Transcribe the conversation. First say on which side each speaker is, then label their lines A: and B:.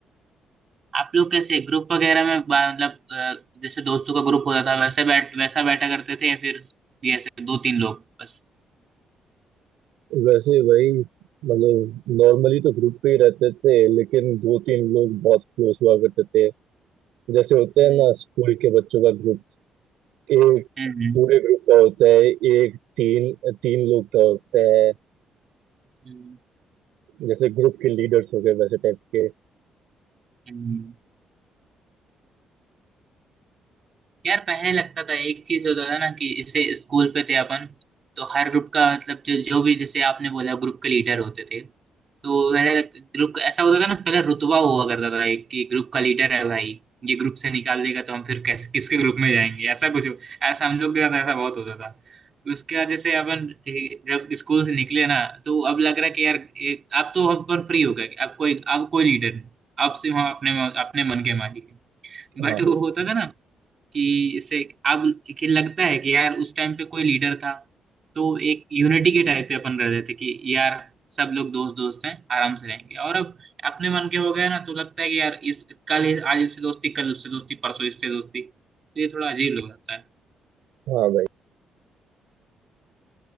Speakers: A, on the right; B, on the right.
A: आप लोग कैसे ग्रुप वगैरह में बा- मतलब अ, जैसे दोस्तों का ग्रुप होता था वैसे बैठ वैसा बैठा करते थे या फिर ये ऐसे दो तीन लोग बस
B: वैसे वही मतलब नॉर्मली तो ग्रुप पे ही रहते थे लेकिन दो तीन लोग बहुत क्लोज हुआ करते थे जैसे होते हैं
A: हम्म
B: ना स्कूल के बच्चों का ग्रुप एक
A: हम्म
B: पूरे ग्रुप का होता है एक तीन तीन लोग का होता है
A: हम्म
B: जैसे ग्रुप के लीडर्स हो गए वैसे टाइप के
A: हम्म, यार पहले लगता था एक चीज होता था ना कि जैसे स्कूल पे थे अपन तो हर ग्रुप का मतलब जो जो भी जैसे आपने बोला ग्रुप के लीडर होते थे तो पहले ग्रुप ऐसा होता था ना पहले रुतबा हुआ करता था एक कि ग्रुप का लीडर है भाई ये ग्रुप से निकाल देगा तो हम फिर कैसे किसके ग्रुप में जाएंगे ऐसा कुछ हो- ऐसा हम लोग के साथ ऐसा बहुत होता था उसके बाद जैसे अपन ए, जब स्कूल से निकले ना तो अब लग रहा है कि यार एक, अब तो अपन फ्री हो गए अब कोई अब कोई लीडर नहीं अब सिर्फ हम अपने अपने मन के मालिक हैं बट
B: हाँ
A: वो
B: भाई
A: होता था ना कि इसे अब कि लगता है कि यार उस टाइम पे कोई लीडर था तो एक यूनिटी के टाइप पे अपन रहते थे कि यार सब लोग दोस्त दोस्त हैं आराम से रहेंगे और अब अपने मन के हो गए ना तो लगता है कि यार इस कल इस- आज इससे दोस्ती कल उससे दोस्ती परसों इससे दोस्ती तो ये थोड़ा अजीब लग जाता है
B: हाँ भाई